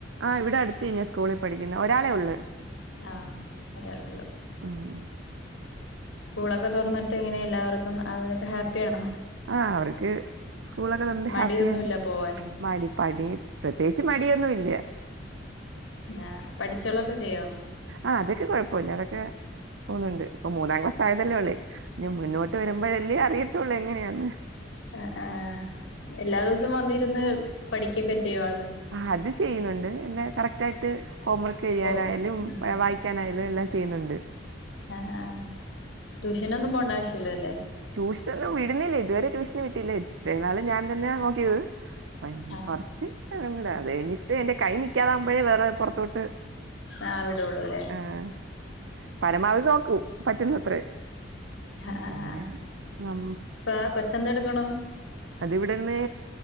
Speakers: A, on the right; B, on the left.
A: ആ ഇവിടെ അടുത്ത് തന്നേ സ്കൂളി പഠിക്ക്ന്ന് ഒരാളെ ഒള്ള്
B: ആഹ് ഒരാളൊള്ളൂ
A: ഉം
B: സ്കൂളൊക്കെ തൊറന്ന്ട്ട് എങ്ങനെ എല്ലാവർക്കും അവരൊക്കെ ഹാപ്പിയാണോ
A: ആഹ് അവർക്ക് സ്കൂളൊക്കെ തൊറന്ന്ട്ട്
B: മടിയൊന്നുല്ല
A: ഹാപ്പിയാണ്
B: പോവാൻ
A: മടി പടി പ്രത്യേകിച്ച് മടിയൊന്നു ഇല്ല
B: ആഹ് പഠിച്ചൊക്കെ ചെയ്യോ
A: ആഹ് അതൊക്കെ കൊഴപ്പല്ല അതൊക്കെ പോന്നുണ്ട് ഇപ്പ മൂന്നാം ക്ലാസ് ആയതല്ലേ ഒള്ളേ ഇഞ് മുന്നോട്ട് വരുമ്പഴല്ലേ അറിയത്തൊള്ളേ എങ്ങനെയാന്ന്
B: അഹ് അഹ് എല്ലാ ദിവസും വന്നിരുന്ന് പഠിക്കൊക്കെ ചെയ്യോ ആള്
A: ആഹ് അത് ചെയ്യ്ന്ന്ണ്ട് എല്ലാ കറക്റ്റ് ആയിട്ട് ഹോം വർക്ക് ചെയ്യാനായാലും
B: പോവും ഉം
A: വായി കാനായലും എല്ലാം ചെയ്യുന്നുണ്ട്
B: ആഹ് ആഹ് ട്യൂഷനൊന്നും പോണ്ട ആവശ്യല്ലല്ലേ
A: ട്യൂഷൻ വിടുന്നില്ല ഇതുവരെ ട്യൂഷന് വീട്ടില്ല ഇത്ര നാളും ഞാൻ തന്നെ നോക്കീത് അപ്പ ഇനി
B: ആഹ്
A: കൊറച്ച് കഴിയൂലേ അത് കഴിഞ്ഞിട്ട് എന്റെ കൈ നിക്കാതാവുമ്പഴേ വേറെ പൊറത്തോട്ട്
B: ആഹ് വിടുള്ളൂ അല്ലേ
A: ആഹ് പരമാവധി നോക്കും പറ്റുന്നത്രേ
B: ആഹ് ആഹ്
A: പിന്നെ
B: ആഹ്
A: നം
B: ഇപ്പാ കൊച്ചെന്തെടുക്കുണു
A: അത് ഇവിടര്ന്ന്